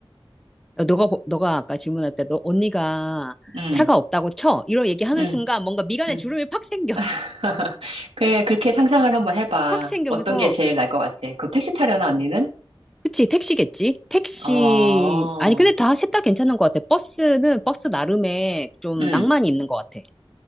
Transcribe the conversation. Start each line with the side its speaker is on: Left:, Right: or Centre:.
Centre: 어, 너가, 보- 너가 아까 질문할 때 너 언니가
Right: 음,
Centre: 차가 없다고 쳐. 이런 얘기하는
Right: 음,
Centre: 순간 뭔가 미간에
Right: 음.
Centre: 주름이 팍 생겨. <laughs>
Right: <laughs> 그래, 그렇게 상상을 한번 해봐.
Centre: 팍 생기면서.
Right: 어떤 게 제일 나을 것 같아? 그럼 택시 타려나, 언니는?
Centre: 그치, 택시겠지? 택시.
Right: 어,
Centre: 아니, 근데 다, 셋 다 괜찮은 것 같아. 버스는 버스 나름의 좀
Right: 음,
Centre: 낭만이 있는 것 같아.